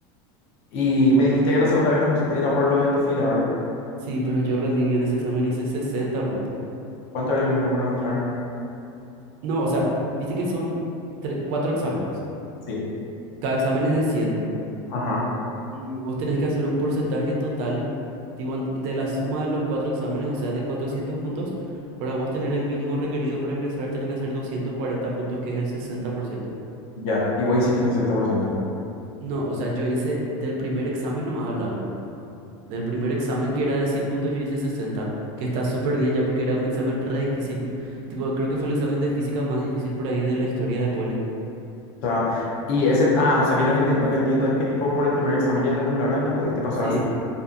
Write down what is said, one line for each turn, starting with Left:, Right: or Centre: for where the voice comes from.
Left: Y me dijiste que la segunda vez no pusi- era por lo de tu fila, ¿verdad?
Right: Sí, pero yo rendí bien ese examen, hice 60 puntos.
Left: ¿Cuánto era el mínimo para entrar?
Right: No, o sea, viste que son tre- cuatro exámenes.
Left: Sí.
Right: Cada examen es de cien
Left: Ajá,
Right: Y vos tenés que hacer un porcentaje total, tipo, ent- de la suma de los cuatro exámenes, o sea, de 400 puntos. Para vos tener el mínimo requerido para ingresar, tenés que hacer 240 puntos, que es el 60%.
Left: ya. Y vos hiciste 60%.
Right: No, o sea, yo hice del primer examen, nomás hablando. Del primer examen que era de 100 puntos, yo hice 60, que está súper bien ya porque era un examen re difícil. Tipo, creo que fue el examen de física más difícil por ahí de la historia de Poli.
Left: O sea, y ese, ah, o sea que lo que, enti- lo que entiendo es que tipo por el primer examen ya te anularon y no pudiste pasar
Right: Sí,
Left: al siguiente,